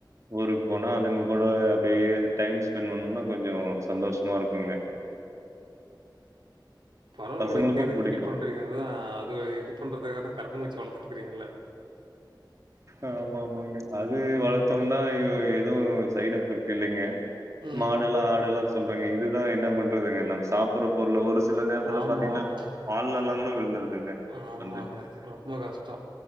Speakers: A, on the right (about 40°); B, on the right (about 85°).
A: ஊருக்கு போனா அதுங்க கூட அப்டியே டைம் ஸ்பெண்ட் பண்ணம்னா கொஞ்சோ சந்தோஷமா இருக்குங்க
B: பரவால்ல
A: பசங்களுக்கும்
B: விடுங்க எதுக்கு
A: புடிக்கும்.
B: ஃபீல் பண்றீங்க அதா அது இது பண்றதுக்காக தா கரப்பாம் பூச்சி வளத்துட்ருக்கீங்கல்ல
A: ஆமாமாங்க அது வளத்தோம்னா அய்யோ எது சைடே எஃபெக்ட் இல்லங்க
B: ம்.
A: மாடேல்லா ஆடெல்லா சொல்றேங்க இதுதா என்ன பண்றதுங்க ந சாப்புற பொருள்ல ஒரு சில நேரத்துல
B: ஆமா,
A: பாத்தீங்கன்னா
B: ஆமா.
A: பால்லெல்லா கூட விழுந்துருதுங்க
B: ஆமாங்க
A: வந்து.
B: ரொம்ப கஷ்டோ